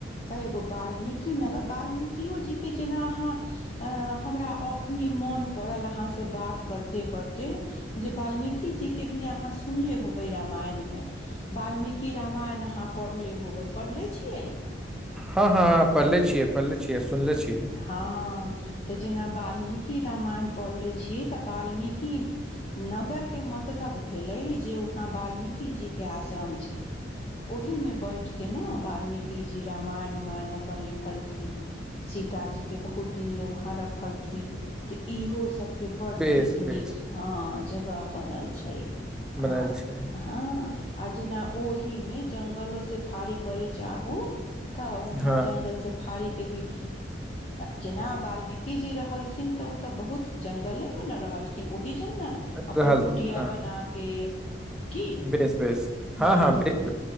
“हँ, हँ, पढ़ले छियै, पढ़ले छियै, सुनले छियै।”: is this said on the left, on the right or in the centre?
Centre